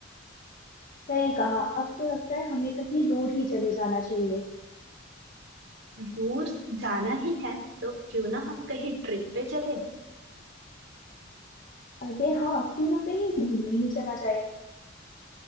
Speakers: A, on the left; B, on the right.
A: सही कहा अब तो लगता है हमें कहीं दूर ही चले जाना चाहिए
B: दूर जाना ही है तो क्यों ना हम कहीं ट्रिप पे चले
A: अरे हाँ क्यों ना कहीं घूमने ही चला जाए